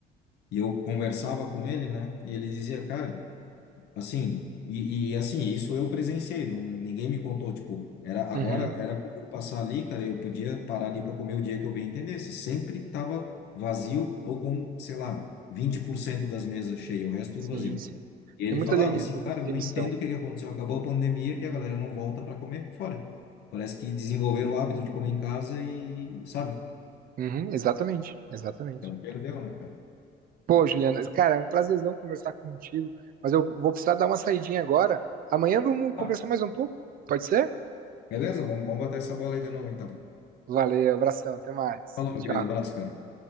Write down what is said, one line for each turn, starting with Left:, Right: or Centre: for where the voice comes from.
Left: E eu conversava com ele, né, e ele dizia, cara. Assim, e, e assim, isso eu presenciei, não, ninguém me contou, tipo, era agora
Right: Uhum.
Left: era como passar ali, cara, eu podia parar ali para comer o dia que eu bem entendesse. Sempre tava vazio ou com, sei lá, 20% das mesas cheias, o resto tudo
Right: Sim,
Left: vazio.
Right: sim.
Left: E ele
Right: Tem muita,
Left: falava
Right: demi-
Left: assim, cara,
Right: muita
Left: eu
Right: demissão.
Left: não entendo o que que aconteceu, acabou a pandemia e a galera não volta para comer fora. Parece que desenvolveram o hábito de comer em casa e, sabe?
Right: Uhum, exatamente, exatamente.
Left: Então perdeu, né, cara?
Right: Pô, Juliana, cara, é um prazerzão conversar contigo, mas eu vou precisar dar uma saidinha agora. Amanhã vamos
Left: Tá.
Right: conversar mais um pouco, pode ser?
Left: Beleza? Vamos, vamos bater essa bola aí de novo, então.
Right: Valeu, abração, até mais.
Left: Falou, meu
Right: Tchau.
Left: querido, abraço, cara.